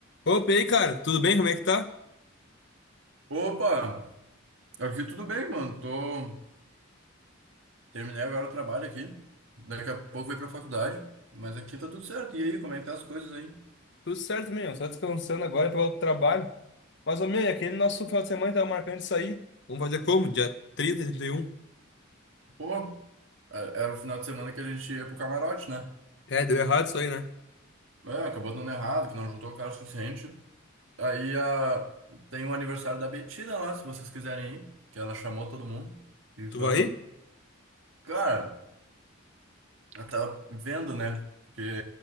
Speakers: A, on the left; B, on the right.
A: Opa, e aí, cara? Tudo bem? Como é que tá?
B: Opa, aqui tudo bem, mano. Tô... Terminei agora o trabalho aqui. Daqui a pouco vou pra faculdade. Mas aqui tá tudo certo. E aí, como é que tá as coisas aí?
A: Tudo certo, meu. Só descansando agora para o trabalho. Mas, ô, meu, e aquele nosso final de semana que tava marcando isso aí. Vamos fazer como? Dia 30 e 31?
B: Pô, é- era o final de semana que a gente ia pro camarote, né?
A: É, deu errado isso aí, né?
B: É, acabou dando errado, que não juntou o cara o suficiente. Aí a... tem o aniversário da Betina lá, se vocês quiserem ir. Que ela chamou todo mundo. O que que
A: Tu
B: tu
A: vai
B: acha?
A: ir?
B: Cara, eu tava vendo, né? Porque